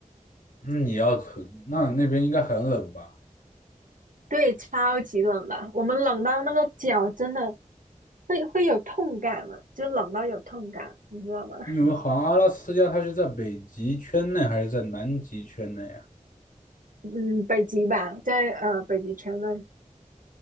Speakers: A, on the left; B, on the right.
A: 那你要那那边应该很冷吧？
B: 对，超级冷的，我们冷到那个脚真的会会有痛感了，就冷到有痛感，你知道吗？
A: 因为好像阿拉斯加它是在北极圈内还是在南极圈内啊？
B: 嗯，北极吧，在呃北极圈那里。